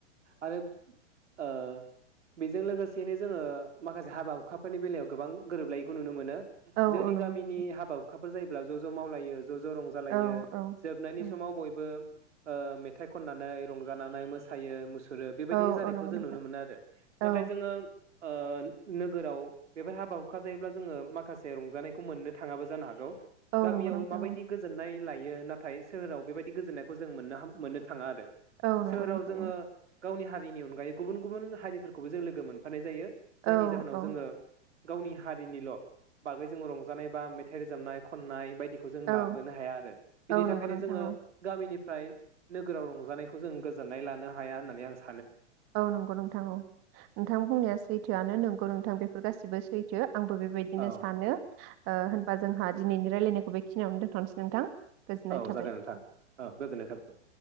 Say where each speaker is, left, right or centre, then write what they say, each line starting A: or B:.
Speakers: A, on the right; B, on the right.
A: आरो ओ । बेजों लोगोसेयैनो जोङो माखासे हाबा हुखाफोरनि बेलायाव गोबां गोरोबलायैखौ नुनो मोनो ।
B: औ
A: जोंनि
B: औ नंगौ
A: गामिनि
B: नोंथां।
A: हाबा हुखा <unintelligible> फोर जायोब्ला ज ज मावलायो ज ज रंजालायो
B: औ औ
A: जोबनायनि
B: औ
A: समाव बयबो ओ मेथाइ खननानै रंजानानै <unintelligible> मोसायो <unintelligible> फोरो बेबायदि
B: औ
A: जानायखौ
B: औ नंगौ
A: जों
B: नोंथां
A: नुनो मोनो आरो नाथाय
B: औ
A: जोङो ओ नोगोराव बेफोर हाबा हुखा जायोब्ला जोङो माखासे रंजानायखौ मोननो थाङाबो जानो हागौ।
B: औ
A: गामियाव
B: नंगौ नोंथां
A: माबायदि
B: औ
A: गोजोननाय लायो नाथाय सोहोराव बेबायदि गोजोननायखौ जों मोननो हाम मोननो थाङा आरो।
B: औ
A: सोहोराव
B: नंगौ नोंथां
A: जोङो
B: औ।
A: गावनि हारिनि अनगायै गुबुन गुबुन हारिफोरखौबो जों लोगो मोनफानाय जायो। जायनि
B: औ
A: जाहोनाव
B: औ
A: जोङो गावनि हारिनिल' बागै जों रंजानाय बा मेथाइ रोजाबनाय खननाय बायदि बिखौ जों
B: औ
A: लाबोनो हाया आरो बिनि
B: औ
A: थाखायनो
B: नंगौ नोंथां
A: जोङो
B: औ
A: गानमनि फ्राय नोगोराव रंजानायखौ जों गो जोननाय लानो हाया होननानै आं स
B: औ नंगौ नोंथां औ नोंथां बुंनाया सैथोआनो नों गौ नोंथां बे फोर गासिबो सैथो आंबो बेबायदिनो
A: औ
B: सानो। ओ होनबा जोंहा दिनैनि रायल्लायनायखौ बेखिनियावनो दोनथ'नोसै नोंथां गोजोननाय
A: औ
B: थाबाय
A: जागोन नोंथां औ गोजोननाय थाबाय